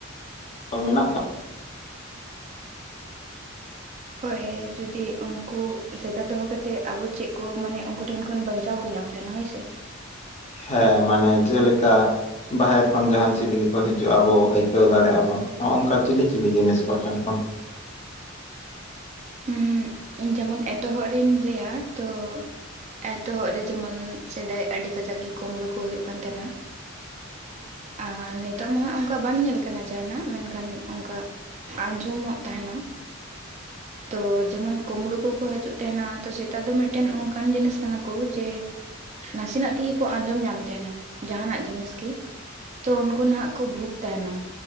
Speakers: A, on the left; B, on the right.
A: ᱢᱮᱱᱟᱜ ᱛᱟᱠᱚᱱᱟ
B: ᱦᱳᱭ ᱡᱩᱫᱤ ᱩᱱᱠᱩ ᱥᱮᱛᱟ ᱫᱚᱦᱚ ᱠᱟᱛᱮᱫ ᱟᱵᱚ ᱪᱮᱫ ᱠᱚ ᱢᱟᱱᱮ ᱩᱱᱠᱩ ᱴᱷᱮᱱ ᱠᱷᱚᱱ ᱵᱟᱧᱪᱟᱣ ᱵᱚᱱ ᱧᱟᱢ ᱫᱟ ᱾ ᱫᱱᱟ ᱥᱮ
A: ᱦᱮᱸ ᱢᱟᱱᱮ ᱡᱮᱞᱮᱠᱟ ᱵᱟᱦᱮᱨ ᱠᱷᱚᱱ ᱡᱟᱦᱟᱱ ᱪᱮᱞᱤ ᱦᱤᱡᱩᱜᱼᱟ ᱟᱵᱚ ᱟᱹᱭᱠᱟᱹᱣ ᱫᱟᱲᱮᱜ ᱟᱵᱚᱱ ᱱᱚᱜᱼ ᱱᱚᱝᱠᱟ ᱪᱤᱞᱤ ᱪᱤᱞᱤ ᱡᱤᱱᱤᱥ ᱠᱚ ᱴᱷᱮᱱ ᱠᱷᱚᱱ
B: ᱩᱸ ᱤᱧ ᱡᱮᱢᱚᱱ ᱮᱛᱚᱦᱚᱵ ᱨᱤᱧ ᱞᱟᱹᱭᱟ ᱛᱚ ᱮᱛᱚᱦᱚᱵ ᱨᱮ ᱡᱮᱢᱚᱱ ᱥᱮᱫᱟᱭ ᱟᱹᱰᱤ ᱠᱟᱡᱟᱠ ᱜᱮ ᱠᱩᱢᱲᱩ ᱠᱚ ᱦᱩᱭᱩᱜ ᱠᱟᱱ ᱛᱟᱦᱮᱱᱟ ᱟᱨ ᱱᱤᱛᱚᱜ ᱢᱟ ᱦᱟᱸᱜ ᱚᱱᱠᱟ ᱵᱟᱝ ᱧᱮᱞ ᱠᱟᱱᱟ ᱡᱟᱦᱟᱱᱟᱜ ᱢᱮᱱᱠᱷᱟᱱ ᱚᱱᱠᱟ ᱟᱸᱡᱚᱢᱚᱜ ᱛᱟᱦᱮᱱᱟ ᱛᱚ ᱡᱮᱢᱚᱱ ᱠᱩᱢᱵᱲᱩ ᱠᱚᱠᱚ ᱦᱤᱡᱩᱜ ᱛᱟᱦᱮᱱᱟ ᱛᱚ ᱥᱮᱛᱟ ᱫᱚ ᱢᱤᱫᱴᱮᱱ ᱚᱱᱠᱟᱱ ᱡᱤᱱᱤᱥ ᱠᱟᱱᱟ ᱠᱚ ᱡᱮ ᱱᱟᱥᱮᱱᱟᱜ ᱛᱤᱜᱤ ᱠᱚ ᱟᱸᱡᱚᱢ ᱧᱟᱢ ᱛᱟᱦᱮᱱᱟ ᱡᱟᱦᱟᱱᱟᱜ ᱡᱤᱱᱤᱥ ᱜᱤ ᱛᱚ ᱩᱱᱠᱩ ᱱᱟᱦᱟᱜ ᱠᱚ ᱵᱷᱩᱜ ᱛᱟᱦᱮᱱᱟ